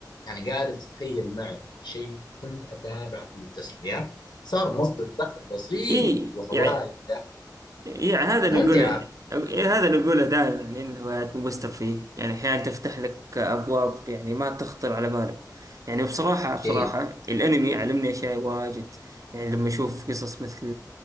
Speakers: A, on the left; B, on the right.
A: يعني قادر تتخيل معي شيء كنت أتابعه للتسلية صار مصدر دخل بسيط
B: <laughs> إيه
A: وهواية
B: يعني يعني هذا
A: وممتعة
B: اللي أقوله إيه هذا اللي أقوله دائما يعني إن الهوايات مو بس ترفيه يعني أحيانا تفتح لك أبواب يعني ما تخطر على بالك يعني بصراحة
A: أكيد
B: بصراحة الأنمي علمني أشياء واجد يعني لما أشوف قصص مثل